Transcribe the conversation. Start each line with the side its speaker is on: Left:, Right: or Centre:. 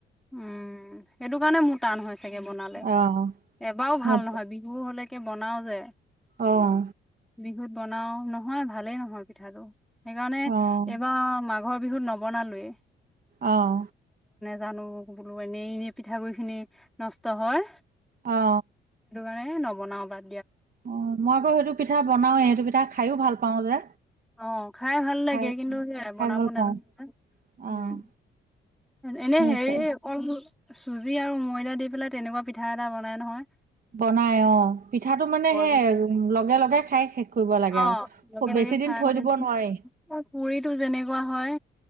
Centre: উম সেইটো কাৰণে মোৰ টান হয় চাগে বনালে
Right: অ',
Centre: এবাৰও
Right: অ',
Centre: ভাল নহয় বিহু হলে। কে বনাও যে।
Right: অঁ!
Centre: বিহুত বনাও নহয় ভালেই নহয় পিঠাটো সেইকাৰণে
Right: অ',
Centre: এইবাৰ মা- ঘৰ বিহুত নবনালোৱে
Right: অহ
Centre: জানো বোলো এনেই-এনেই পিঠাগুড়িখিনি নষ্ট হয়
Right: অ
Centre: এ নবনাও বাত-
Right: অ মই আকৌ সেইটো পিঠা বনাওেই সেইটো পিঠা খায়ো ভাল পাওঁ যে।
Centre: অ খাই ভাল লাগে
Right: খাই
Centre: কিন্তু সেয়াই
Right: খাই
Centre: বনাব
Right: ভাল
Centre: নাজানো
Right: পাওঁ
Centre: যে হুম
Right: অ',
Centre: এনে
Right: সেইটোৱে।
Centre: হেৰি কল মূল চুজি আৰু ময়দা দি পেলাই তেনেকুৱা পিঠা এটা বনাই নহয়।
Right: বনাই অ পিঠাটো মানে
Centre: বৰ
Right: সেই
Centre: পিঠা।
Right: লগে লগে খাই শেষ কৰিব লাগে
Centre: অ'
Right: আৰু
Centre: লগে
Right: খুব
Centre: লগে
Right: বেছি দিন
Centre: খাই পুৰিটো
Right: থৈ দিব নোৱাৰি
Centre: যেনেকুৱা হয়